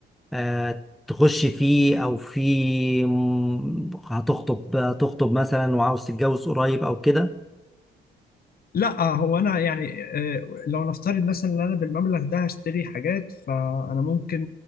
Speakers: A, in the centre; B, on the left.
A: آه، تخش فيه أو في م- هتخطب هتخطب مثلا وعاوز تتجوز قريب أو كده
B: لا هو أنا يعني آه، لو نفترض مثلا إن أنا بالمبلغ ده هشتري حاجات فأنا ممكن